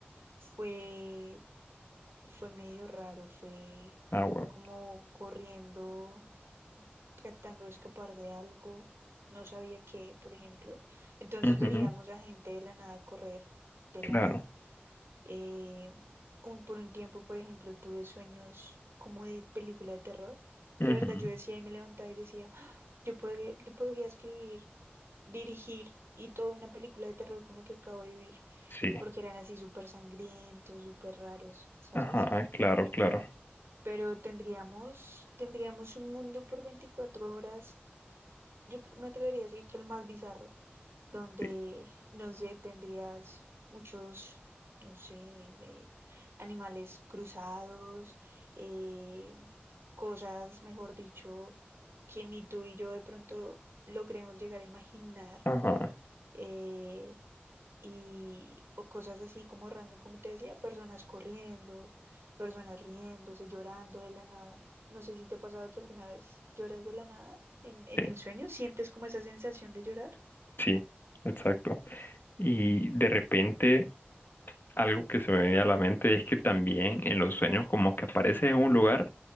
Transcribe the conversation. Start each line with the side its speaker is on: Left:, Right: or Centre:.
Right: fue Fue medio raro, fue
Left: Ah, wow.
Right: como corriendo, tratando de escapar de algo, no sabía qué, por ejemplo. Entonces
Left: Ujú,
Right: veríamos a gente de la nada correr, de
Left: Claro.
Right: la nada. Eh, un, por un tiempo, por ejemplo, tuve sueños como de película de terror,
Left: Ujú,
Right: que de verdad yo decía y me levantaba y decía, "Ah, yo podría, yo podría escribir, dirigir y toda una película de terror con lo que acabo de vivir,
Left: Sí.
Right: porque eran así súper sangrientos, súper raros, ¿sabes?
Left: Ajá, claro, claro.
Right: pero tendríamos, tendríamos un mundo por 24 horas, yo c- me atrevería a decir que el más bizarro, donde,
Left: Sí.
Right: no sé, tendrías muchos, no sé, eh, animales cruzados, eh, cosas, mejor dicho, que ni tú y yo de pronto logremos llegar a imaginar.
Left: Ajá,
Right: eh, y o cosas así como random, como te decía, personas corriendo, personas riéndose, llorando de la nada. No sé si te ha pasado que alguna vez lloras de la nada en, en
Left: sí,
Right: el sueño, sientes como esa sensación de llorar.
Left: sí, exacto. Y de repente Algo que se me venía a la mente es que también en los sueños como que apareces en un lugar